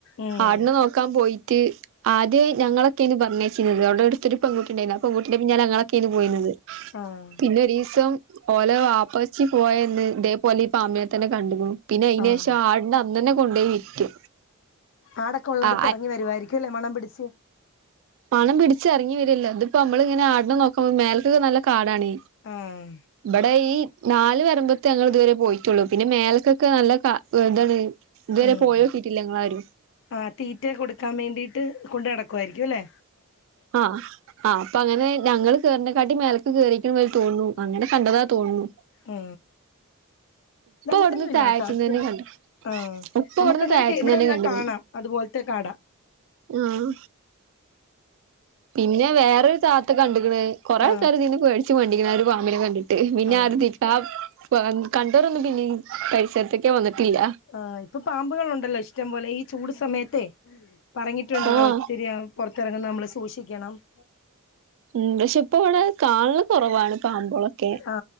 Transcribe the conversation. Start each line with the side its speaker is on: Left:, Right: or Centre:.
Left: ഉം
Right: ആടിനെ നോക്കാൻ പോയിറ്റ് ആദ്യം ഞങ്ങളൊക്കെയാന്ന് പറഞ്ഞയിച്ചിന്നത് അവൾടെ അടുത്തൊരു പെൺക്കുട്ടിയുണ്ടായിരുന്നു ആ പെൺകുട്ടിന്റെ പിന്നാലെ ഞങ്ങളൊക്കെയാന്ന് പോയിന്നത്.
Left: ആഹ്
Right: പിന്നെ ഒരീസം ഓല വാപ്പച്ചി പോയെന്ന് ഇതേപോലെ ഈ പാമ്പിനെ തന്നെ കണ്ടീക്കണു. പിന്നെ അയിനുശേഷം
Left: ആഹ്
Right: ആടിന്റെ അന്നന്നെ കൊണ്ടോയി വിറ്റു
Left: ആടൊക്കെ ഒള്ളടുത്ത്
Right: ആ
Left: എറങ്ങി വരുവായിരിക്കുല്ലേ മണം പിടിച്ച്
Right: മണം പിടിച്ച് ഇറങ്ങി വരിയല്ല ഇതിപ്പോ നമ്മളിങ്ങനെ ആടിനെ നോക്കാൻ മേലെകൊക്കെ നല്ല കാടാണേ.
Left: ആഹ്
Right: ഇബടെ ഇ നാല് വരമ്പത്തെ ഞങ്ങള് ഇതുവരെ പോയിട്ടൊള്ളു പിന്നെ മേലക്കൊക്കെ നല്ല ക ഇതാണ്. ഇതുവരെ
Left: ഉം
Right: പോയിനോക്കിട്ടില്ല ഞങ്ങളാരും
Left: ആ തീറ്റ കൊടുക്കാൻ വേണ്ടീട്ട് കൊണ്ടുനടക്കുവായിരിക്കും അല്ലേ
Right: ആ ആ അപ്പൊ അങ്ങനെ ഞങ്ങള് കേറണെക്കാട്ടി മേലേക്ക് കേറിയേക്കണമായിരി തോന്നണു അങ്ങനെ കണ്ടതാ തോന്നണു.
Left: ഏ ഇതങ്ങനെയൊന്നുവില്ലാട്ടോ
Right: ഇവിടുന്ന് താഴത്തുന്ന്
Left: അത്യാവിശൃം
Right: തന്നെ കണ്ടു
Left: ആം
Right: ഉപ്പ
Left: നമുക്കങ്ങനെ
Right: ഇവിടുന്ന് താഴത്തുന്ന്
Left: കെ ഇവിടെനിന്നാ
Right: തന്നെ കണ്ട്ക്ക്ണ്
Left: കാണാം. അതുപോലത്തെ കാട.
Right: ആഹ് പിന്നെ വേറൊരു താത്ത കണ്ടിക്കണ് കൊറെ
Left: ആ
Right: ആൾക്കാര് ഇതിനുപേടി ച്ച് മണ്ടിക്കണ് ആ ഒരു പാമ്പിനെ കണ്ടിട്ടെ പിന്നെ
Left: ആ
Right: ആരും തി പാ പാം കണ്ടോരൊന്നും പിന്നീ പരിസരത്തേക്കെ വന്നിട്ടില്ല
Left: ആഹ് ഇപ്പൊ പാമ്പുകൾ ഉണ്ടല്ലോ ഇഷ്ടംപോലെ ഈ ചൂട് സമയത്തെ ഇപ്പറഞ്ഞിട്ടുണ്ടല്ലോ
Right: ആഹ്
Left: ഒത്തിരി പുറത്തിറങ്ങുന്ന നമ്മള് സൂക്ഷിക്കണം <inaudible>
Right: ഉം പക്ഷെ ഇപ്പൊ ഇവിടെ കാണാല് കുറവാണ് പാമ്പോളൊക്കെ
Left: ആ